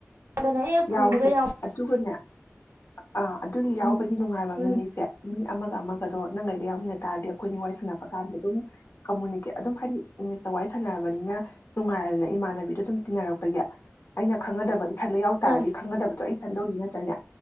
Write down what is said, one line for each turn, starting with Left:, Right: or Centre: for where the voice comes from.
Right: ꯍꯥꯏꯕꯅ ꯍꯦꯛ ꯐꯪꯕꯒ
Left: ꯌꯥꯎꯁꯦ
Right: ꯌꯥꯎ
Left: ꯑꯗꯨꯒꯅꯦ ꯑꯥ ꯑꯗꯨꯒꯤ
Right: ꯎꯝ
Left: ꯌꯥꯎꯕꯒꯤ ꯅꯨꯡꯉꯥꯏꯕ ꯑꯃꯅꯅꯦꯁꯦ
Right: ꯎꯝ
Left: ꯃꯤ ꯑꯃꯒ ꯑꯃꯒꯗꯣ ꯅꯪꯒꯩꯒ ꯌꯥꯎꯃꯤꯟꯅ ꯇꯥꯔꯗꯤ ꯑꯩꯈꯣꯏꯅꯤ ꯋꯥꯏ ꯁꯥꯟꯅꯕ ꯀꯗ ꯑꯗꯨꯝ ꯀꯃꯨꯅꯤꯦ ꯑꯗꯨꯝ ꯍꯥꯏꯗꯤ ꯏꯪꯂꯤꯁꯇ ꯋꯥꯔꯤꯏ ꯁꯥꯟꯅꯔꯕꯅꯤꯅ ꯅꯨꯡꯉꯥꯏꯔꯅ ꯏꯃꯥꯟꯅꯕꯤꯗꯣ ꯑꯗꯨꯝ ꯇꯤꯟꯅꯔꯛꯄꯒꯤ ꯑꯩꯅ ꯈꯪꯒꯗꯕ ꯏꯊꯟꯗ ꯌꯥꯎ
Right: ꯎꯝ
Left: ꯇꯥꯔꯗꯤ ꯈꯪꯒꯗꯕꯗꯣ ꯑꯩ ꯈꯟꯗꯣꯛꯂꯤꯉ ꯇꯅꯦ